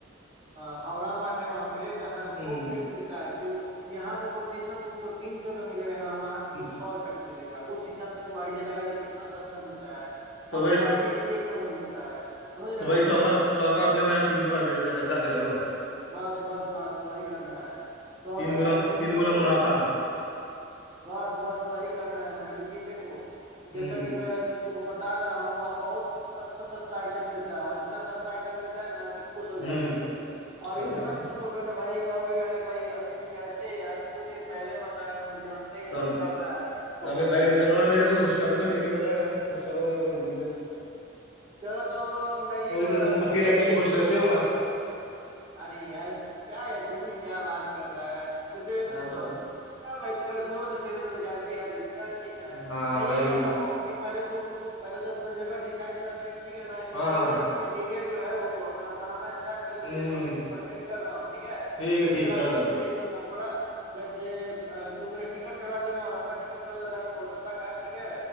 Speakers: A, on the right; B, on the left.
A: हाँ हावड़ा मार्ट है वहाँ पे जहाँ
B: हम्म
A: थोक रेट मिलता है जो यहाँ तुमको टी शर्ट तुमको तीन सौ का मिलेगा ना वहाँ तुमको
B: हम्म।
A: सौ रुपये का मिलेगा उस हिसाब से तू आइडिया लगा ले कितना सस्ता मिलता है
B: तो
A: और
B: वही
A: क्वालिटी भी एक नंबर मिलता है समझ रहे
B: तो
A: बात
B: वही सौ
A: को
B: का सौ का अपने को यहाँ तीन सौ का बेचना है ऐसा कह रहे हो
A: बस बस बस वही करना है सौ
B: तीन
A: का यहाँ
B: गुना
A: तीन सौ
B: तीन गुना
A: करो
B: मुनाफा
A: बस बस वही करना है भाई क्योंकि देखो जैसा
B: हम्म
A: कि मैं तुमको बता रहा हूँ वह बहुत सस्ता सस्ता आइटम मिलता है और इतना सस्ता आइटम मिलता है ना कि खुश हो जाओगे
B: हम्म
A: और इतना
B: अरे यार
A: खुश होगे ना भाई कहोगे कि अरे भाई अमित कैसे यार क्यों नहीं पहले बताया मुझे अपने ये
B: तो
A: सब
B: अमित
A: कर रहा है <laughs>
B: तो अमित भाई ले चलो ना मेरे को खुश कर दो लेके चलो यार खुश करो मेरे को जल्दी से
A: चलो तो अब मैं ये
B: वही
A: कह
B: तो
A: रहा
B: तुम
A: हूँ तुमसे
B: अकेले अकेले
A: कि
B: खुश रहते हो बस
A: अरे यार क्या है तू भी क्या बात कर रहा है तुझे
B: मेरा तो
A: अब चल भाई तू मेरा दोस्त है तेरे लिए तो जान भी हाजिर है चल ठीक है
B: हाँ
A: मैं ये
B: वही
A: कह रहा हूँ कि पहले तू पहले तो अपना जगह डिसाइड कर ले ठीक है ना
B: हाँ
A: इंटीरियर
B: हाँ
A: इंटीरियर जो है वो अपना बनाना स्टार्ट कर दे
B: हम्म
A: तुझे कॉन्टेक्ट
B: हम्म,
A: नंबर सेंड कर रहा हूँ ठीक है
B: ठीक है
A: उसके
B: ठीक
A: बाद
B: कर दो
A: मैं तुझे कपड़ा मैं तुझे अ, तू मेरा टिकट करवा देना और अपना टिकट करवा देना कोलकाता का ठीक है